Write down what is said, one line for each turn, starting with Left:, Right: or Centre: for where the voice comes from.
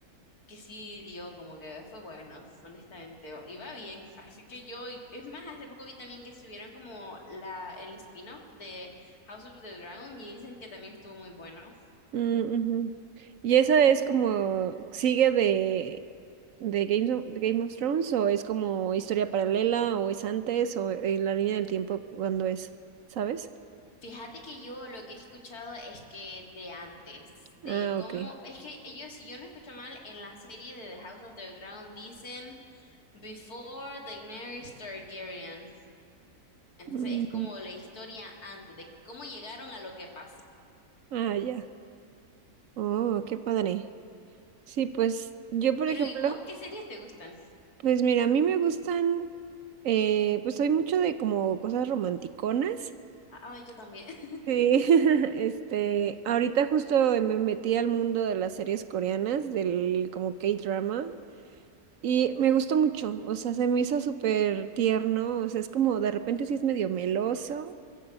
Left: que sí dio, como que fue bueno, honestamente. o- Y va bien, así que yo, y- es más, hace poco vi también que subieron como la, el spin-off de House of the Dragon y dicen que también estuvo muy bueno.
Right: Mm, ujú. ¿Y esa es como, sigue de, de Games of, Game of Thrones o es como historia paralela o es antes o en la línea del tiempo cuando es, ¿sabes?
Left: Fíjate que yo lo que he escuchado es que de antes, de
Right: Ah,
Left: cómo,
Right: ok.
Left: es que ellos, si yo no escucho mal, en la serie de The House of the Dragon dicen Before Daenerys Targaryen. Entonces
Right: Mm,
Left: es como la historia antes, de cómo llegaron a lo que pasó.
Right: ah, ya. Oh, qué padre. Sí, pues yo, por
Left: Pero
Right: ejemplo,
Left: ¿y vos qué series te gustan?
Right: pues mira, a mí me gustan, eh, pues soy mucho de como cosas romanticonas.
Left: Ah, yo también. <laughs>
Right: Sí, <laughs> este, ahorita justo me metí al mundo de las series coreanas, del como K-drama, y me gustó mucho, o sea, se me hizo súper tierno, o sea, es como de repente sí es medio meloso,